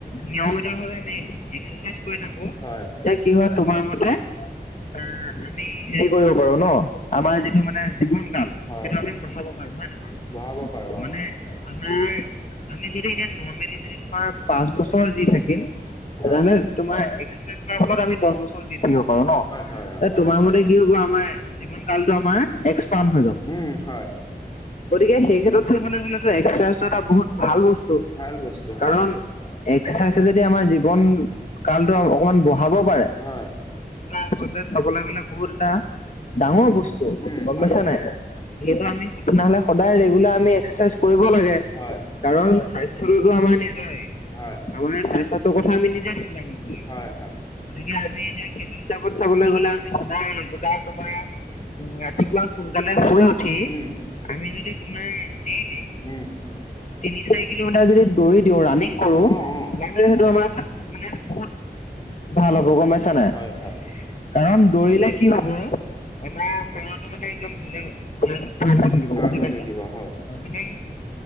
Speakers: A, on the left; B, on the left.
A: নিয়মিত ভাৱে আমি এক্সাৰচাইজ কৰি থাকো, এতিয়া
B: হয়।
A: কি হয় তোমাৰ মতে অ আমি হেৰি কৰিব পাৰো ন? আমাৰ যিটো মানে জীৱন কাল সেইটো
B: হয়,
A: আমি বঢ়াব পাৰো। হয় নহয়?
B: বঢ়াব পাৰো অ', হয়।
A: মানে আমাৰ আমি যদি এনে নৰ্মেলি যদি তোমাৰ পাঁচ বছৰ যি থাকিম
B: হয়,
A: যেনে তোমাৰ এক্সাৰচাইজ কৰাৰ ফলত আমি দহ বছৰ জীয়াই থাকিব পাৰো ন?
B: হয় অ'।
A: তোমাৰ মতে কি হব আমাৰ জীৱন কালটো আমাৰ এক্সপাণ্ড হৈ যাব।
B: উম হয়
A: গতিকে সেই ক্ষেত্ৰত চাবলৈ গলেতো এক্সাৰচাইজটো এটা বহুত ভাল বস্তু।
B: ভাল বস্তু হয়,
A: কাৰণ এক্সাৰচাইজে যদি আমাৰ জীৱন কালটো অকমান বঢ়াব পাৰে
B: হয়।
A: আচলতে চাবলৈ গ'লে বহুত এটা ডাঙৰ বস্তু
B: উম,
A: গম
B: হয়,
A: পাইছা নে নাই সেইটো আমি, তেনেহলে সদায় ৰেগুলাৰ আমি এক্সাৰচাইজ কৰিব লাগে।
B: হয়,
A: কাৰণ স্বাস্থ্যটোতো আমাৰ নিজৰে।
B: হয়,
A: আমাৰ স্বাস্থ্যটোৰ কথা আমি নিজে চিন্তা কৰিব লাগিব।
B: হয়, হয়।
A: গতিকে আমি এতিয়া সেইটো হিচাপত চাবলৈ গলে আমি সদায় ৰেগুলাৰ তোমাৰ ৰাতিপুৱা সোনকালে শুই উঠি
B: উম
A: আমি যদি তোমাৰ দেইলি
B: উম,
A: তিনি চাৰি কিলোমিটাৰ যদি দৌৰি দিওঁ, ৰানিং কৰো
B: অ', অ'।
A: মানে সেইটো আমাৰ মানে বহুত ভাল হ'ব গম পাইছা নে
B: হয়,
A: নাই?
B: হয়।
A: কাৰণ দৌৰিলে কি হ'ব আমাৰ শৰীৰটো মানে একদম ভালে ভাল হৈ থাকিব।
B: ভাল
A: বুজি
B: হৈ
A: পাইছা?
B: থাকিব হয়।
A: অঁ। মানে